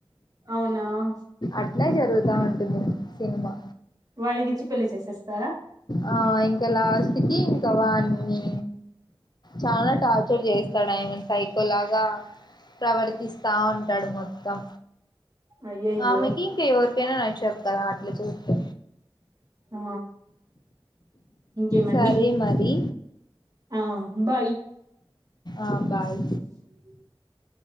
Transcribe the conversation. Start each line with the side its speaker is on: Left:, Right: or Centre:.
Right: అవునా
Left: అట్లే జరుగుతావుంటుంది సినిమా
Right: వాడికి ఇచ్చి పెళ్లి చేసేస్తారా
Left: ఆ ఇంకా లాస్ట్ కి ఇంకా వాన్ని చాలా టార్ చేస్తాడు ఆమెన్ సైకో లాగా ప్రవర్తిస్తా ఉంటాడు మొత్తం
Right: అయ్యయ్యో
Left: ఆమెకీ ఇంకెవరికైనా నచ్చదు కదా అట్లా చేస్తే
Right: ఆ ఇంకేమండి
Left: సరే మరి
Right: ఆ భాయి
Left: ఆ బాయ్
Right: <inaudible>